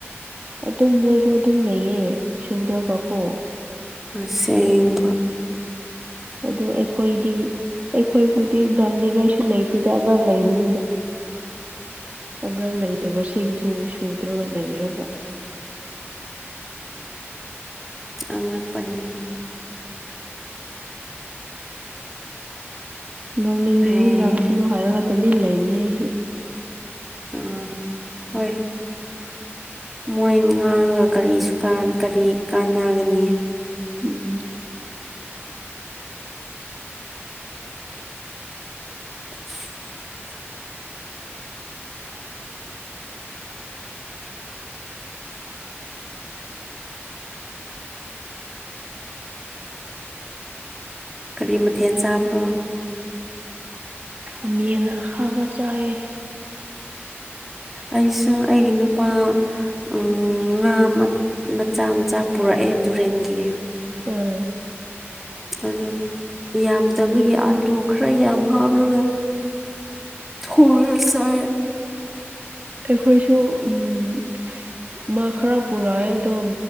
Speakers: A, on the right; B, in the centre.
A: ꯑꯗꯨꯝ ꯃꯣꯏꯁꯨ ꯑꯗꯨꯝ ꯂꯩꯌꯦ ꯁꯨꯗ꯭ꯔꯕꯀꯣ
B: ꯑꯁꯦꯡꯕ
A: ꯑꯗꯣ ꯑꯩꯈꯣꯏꯗꯤ ꯑꯩꯈꯣꯏꯕꯨꯗꯤ ꯉꯥꯡꯅꯤꯡꯉꯥꯏꯁꯨ ꯂꯩꯇꯦꯗ ꯑꯉꯥꯡ ꯂꯩꯕꯅꯤꯅ ꯑꯒꯥꯡ ꯂꯩ ꯃꯁꯤꯡꯁꯨ ꯁꯨꯗ꯭ꯔꯒ ꯂꯩꯔꯒ
B: ꯑꯉꯛꯄꯅꯤ
A: ꯉꯥꯡꯅꯤꯡꯅꯤꯡꯕ
B: ꯑꯦ
A: ꯉꯥꯡꯁꯅꯨ ꯍꯥꯏꯔꯒ ꯇꯨꯃꯤꯟꯅ ꯂꯩꯕꯅꯦ ꯑꯩꯗꯤ
B: ꯑꯝ ꯍꯣꯏ ꯃꯣꯏ ꯉꯥꯡꯉꯒ ꯀꯔꯤ ꯁꯨꯀꯥꯟ ꯀꯔꯤ ꯀꯥꯟꯅꯒꯅꯤ
A: ꯎꯝ
B: <inaudible> ꯀꯔꯤ ꯃꯊꯦꯜ ꯆꯥꯕ꯭ꯔꯣ
A: ꯈꯥꯃꯦꯟ ꯑꯈꯥꯕ ꯆꯥꯏꯌꯦ
B: ꯑꯩꯁꯨ ꯑꯩꯒꯤ ꯅꯨꯄꯥ ꯎꯝ ꯉꯥ ꯃꯆꯥ ꯃꯆꯥ ꯄꯨꯔꯛꯑꯦ ꯇꯨꯔꯦꯟꯒꯤ
A: ꯑꯝ
B: ꯑꯗꯨ ꯌꯥꯝꯗꯕꯒꯤ ꯑꯥꯂꯨ ꯈꯔ ꯌꯥꯝ ꯍꯥꯞ ꯔꯒ ꯊꯨꯔꯁꯦ
A: ꯑꯩꯈꯣꯏꯁꯨ ꯎꯝ ꯃꯥ ꯈꯔ ꯄꯨꯔꯛꯑꯦ ꯑꯗꯣ